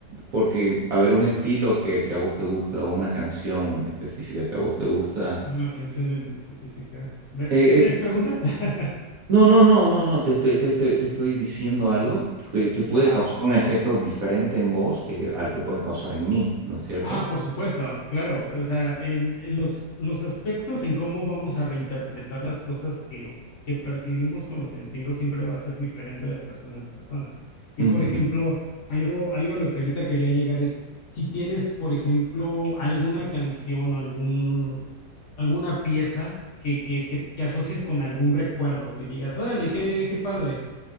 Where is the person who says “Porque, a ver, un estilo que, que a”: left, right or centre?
Right